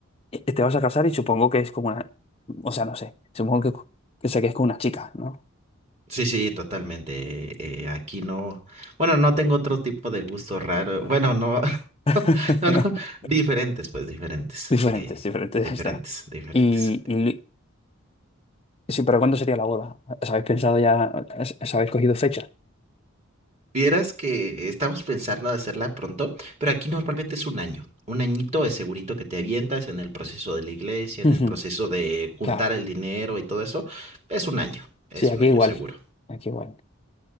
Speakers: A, on the left (about 25°); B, on the right (about 30°).
A: y- y te vas a casar y supongo que es como una, o sea, no sé, supongo que, que, o sea, que es con una chica, ¿no?
B: Sí, sí, totalmente. eh, eh, aquí no, bueno, no tengo otro tipo de gusto raro. Bueno, no, <laughs>
A: <laughs>
B: no, no, diferentes, pues diferentes,
A: Diferentes,
B: eh,
A: diferentes,
B: diferentes,
A: ya está.
B: diferentes.
A: Y, y li- sí, pero ¿cuándo sería la boda? ¿Os habéis pensado ya, os os habéis cogido fecha?
B: Vieras que estamos pensando de hacerla pronto, pero aquí normalmente es un año. Un añito es segurito que te avientas en el proceso de la iglesia,
A: <laughs>
B: en
A: Ujú,
B: el proceso de juntar
A: Claro,
B: el dinero y todo eso. Es un año, es
A: sí, aquí
B: un año
A: igual,
B: seguro.
A: aquí igual.